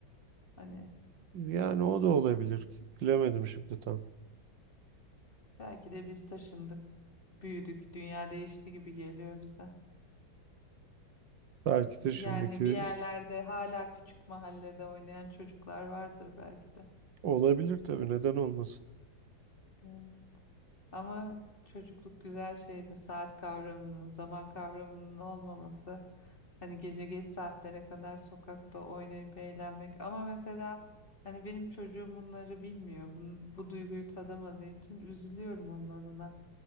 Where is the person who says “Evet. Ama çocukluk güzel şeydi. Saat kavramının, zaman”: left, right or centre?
Left